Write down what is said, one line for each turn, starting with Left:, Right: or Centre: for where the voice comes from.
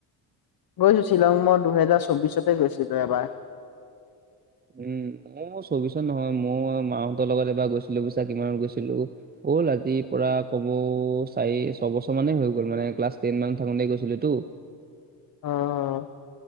Left: গৈছো শ্বিলং মই দুহেজাৰ চৌববিশতে গৈছিলো এবাৰ
Right: উম মোৰ চৌবিশত নহয় মই মাহঁতৰ লগত এবাৰ গৈছিলো বুইছা কিমানত গৈছিলো হ'ল আজি পৰা ক'মেও চাৰি ছবছৰ মানেই হৈ গ'ল মানে ক্লাছ টেন মান থাকোতে গৈছিলো তো
Left: অ'